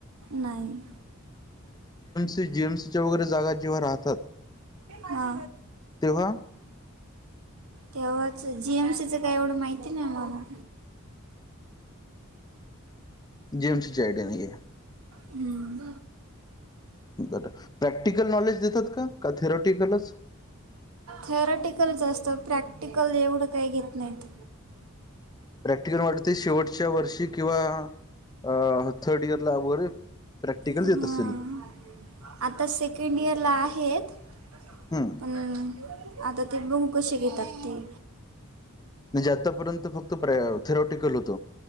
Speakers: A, on the right; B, on the left.
A: नाही.
B: जीएमसच्या वगैरे जागा जेव्हा राह
A: हा
B: तेव्हा
A: तेव्हा जीएमसीच काही एवढं माहिती नाही मला.
B: जी एम सि ची आयड्या नाहीय!
A: हम्म.
B: बरं प्रॅक्टिकल नॉलेज देतात का का थेरॉटिकलच?
A: थेरॉटिकलच असतं प्रॅक्टिकल एवढं काही घेत नाहीत.
B: प्रॅक्टिकल वाटतय शेवट पुढच्या वर्षी किंवा थर्ड इयरला वगैरे प्रॅक्टिकल
A: हां
B: देत असतील.
A: आता सेकंड इयरला आहेत,
B: हम्म
A: पण आता ते बघू कसे घेतात ते!
B: म्हणजे आत्तापर्यंत फक्त प्र थेराॉटिकल होत?